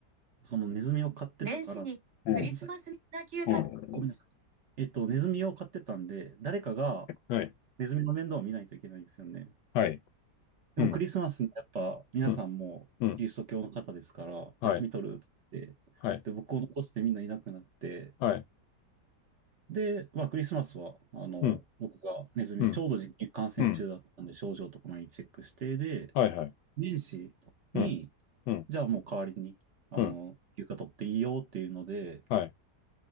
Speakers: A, on the right; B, on the left.
A: そのネズミを飼ってた年か始ら、にクごめんリなスさい。
B: うん、
A: マスみんな休暇と、
B: うん、
A: ごめんなさい。えっと、ネズミを飼ってたんで、誰かが
B: はい、
A: ネズミの面倒を見ないといけないんですよね。
B: はい、
A: でもクリスマスにやっぱ皆さんもキリスト教の方ですから、
B: うん、うん、うん、はい、
A: 休み取るって言って、
B: はい、
A: で、僕を残してみんないなくなって、
B: はい、
A: で、まあクリスマスは、あの、
B: うん、
A: 僕がネズミ、
B: うん、
A: ちょうど実験感染中だったんで、
B: うん、
A: 症状とか毎日チェックして、で、
B: はい、はい、
A: 年始に、
B: うん、うん、
A: じゃあもう代わりに、あの、
B: うん、
A: 休暇取っていいよっていうので、
B: はい、